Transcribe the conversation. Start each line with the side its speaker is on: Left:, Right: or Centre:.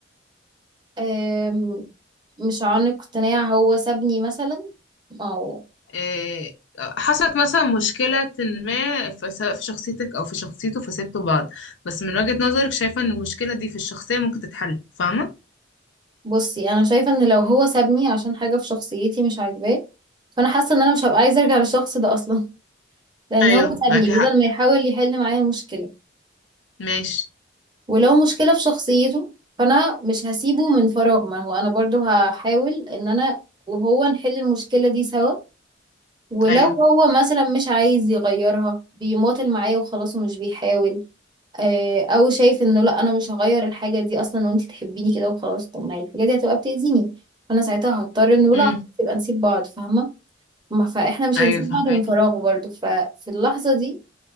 Right: آم، مش عنق اقتناع هو سابني مثلا او
Left: إيه حصلت مثلا مشكلة ما في سواء في شخصيتك او في شخصيته فسبتوا بعض بس من وجهة نظرك شايفة ان المشكلة دي في الشخصية ممكن تتحل فاهمة
Right: بصي انا شايفه ان لو هو سابني عشان حاجه في شخصيتي مش عاجباه فانا حاسه ان انا مش هبقى عايزه ارجع للشخص ده اصلا <laughs> لان
Left: ايوه
Right: هو سابني
Left: معاكي حق
Right: بدل ما يحاول يحل معايا المشكله
Left: ماشي
Right: ولو مشكله في شخصيته فانا مش هسيبه من فراغ ما هو انا برضو هحاول ان انا وهو نحل المشكله دي سوا ولو
Left: ايوه
Right: هو مثلا مش عايز يغيرها بيماطل معايا وخلاص ومش بيحاول آه، او شايف انه لا انا مش هغير الحاجه دي اصلا وانت تحبيني كده وخلاص طب ما هي الحاجه دي هتبقى بتاذيني فانا ساعتها هضطر انه
Left: امم
Right: لا خلاص يبقى نسيب بعض فاهمه ما فاحنا مش
Left: ايوه
Right: هنسيب
Left: فاهمك
Right: بعض من فراغ برضو ففي اللحظه دي